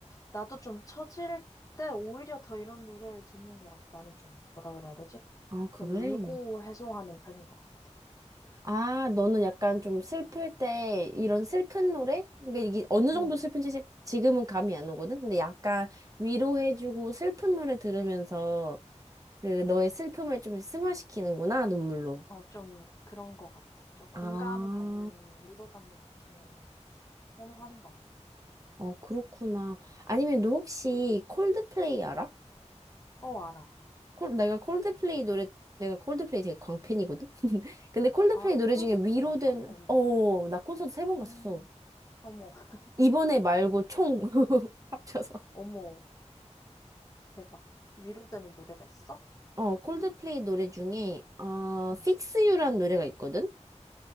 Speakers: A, on the left (about 30°); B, on the right (about 30°).
A: 나도 좀 처질 때 오히려 더 이런 노래를 듣는 것 같아. 나는 좀, 뭐라 그래야 되지?
B: 아, 그래?
A: 울고 해소하는 편인 것 같아.
B: 아, 너는 약간 좀 슬플 때 이런 슬픈 노래? 그러니까 이게 어느 정도
A: 음,
B: 슬픈지 지- 지금은 감이 안 오거든? 근데 약간 위로해주고 슬픈 노래 들으면서 그 너의
A: 음.
B: 슬픔을 좀 승화시키는구나, 눈물로.
A: 어, 좀 그런 것 같아. 좀 공감받는,
B: 아,
A: 위로받는 느낌을 선호하는 것 같아.
B: 어, 그렇구나. 아니면 너 혹시 콜드플레이
A: 음.
B: 알아?
A: 어, 알아.
B: 콜, 내가 콜드플레이 노래, 내가 콜드플레이 되게 광팬이거든? <laughs> 근데 콜드플레이
A: 아, 그
B: 노래
A: 콘서트도
B: 중에 위로된,
A: 갔어? 어, 응.
B: 어, 나 콘서트 세 번
A: 음.
B: 갔었어.
A: 어머, <laughs>
B: 이번에 말고 총 <laughs> 합쳐서.
A: 어머. 대박. 위로되는 노래가 있어?
B: 어, 콜드플레이 노래 중에, 어,
A: 응.
B: Fix You란 노래가 있거든?